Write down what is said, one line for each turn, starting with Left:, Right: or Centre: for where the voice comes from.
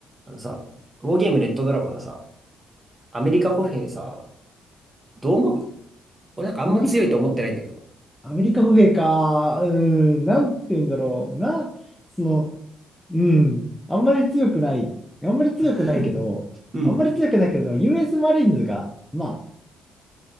Right: あのさ、ウォーゲームレッドドラゴンのさ、アメリカ歩兵さ、どう思う俺なんかあんま強いと思ってないんだけど。
Centre: アメリカ、アメリカ歩兵か。うーん、なんて言うんだろう。な、その、うん、あんまり強くない。あんまり強くないけど、
Right: <laughs> うん。
Centre: あんまり強くないけど、US マリーンズが、まあ、